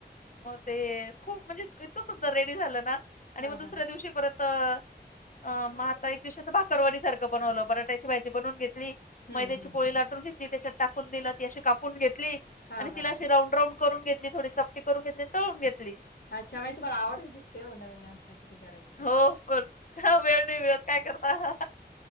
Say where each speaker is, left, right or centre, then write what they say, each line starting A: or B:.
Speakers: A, on the left (about 50°); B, on the left (about 65°).
A: म ते खूप म्हणजे इतकं सुंदर रेडी झालं ना, आणि
B: हा
A: मग दुसऱ्या
B: हा
A: दिवशी परत त, अ म आता एक दिवशी असं भाकरवाडी सारखं बनवलं बटाट्याची भाजी बनवून घेतली.
B: हम्म
A: मैद्याची
B: हम्म
A: पोळी लाटून घेतली त्याच्यात टाकून दिल ती अशी कापून घेतली,
B: हा
A: आणि तिला
B: हा
A: अशी राऊंड राऊंड करून घेतली थोडी चपटी करून घेतली. तळून घेतली,
B: अच्छा म्हणजे तुम्हाला आवडच दिसते हो नवीन नवीन रेसिपी करायची
A: हो पण वेळ नाही मिळत काय करता.